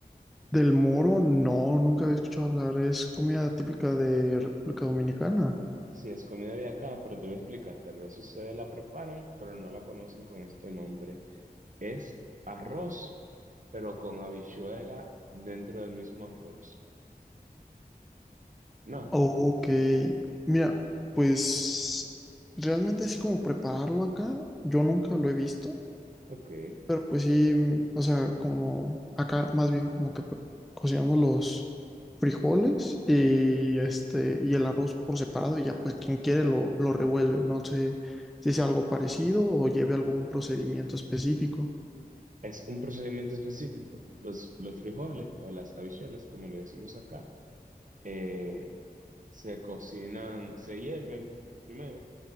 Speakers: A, in the centre; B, on the right.
A: Del moro, no, nunca había escuchado hablar. Es comida típica de República Dominicana.
B: Sí, es comida de acá, pero te voy a explicar. Tal vez ustedes la preparan, pero no la conocen con este nombre. Es arroz, pero con habichuela dentro del mismo arroz. No,
A: Oh, ok. Mira, pues realmente así como prepararlo acá, yo nunca lo he visto,
B: ok.
A: pero pues sí, mm, o sea, como acá más bien como que pe- cocinamos los frijoles y este y el arroz por separado y ya pues quien quiere lo, lo revuelve. No sé si es algo parecido o lleve algún procedimiento específico.
B: Es un procedimiento específico. Los, los frijoles o las habichuelas, como le decimos acá, eh, se cocinan, se hierven primero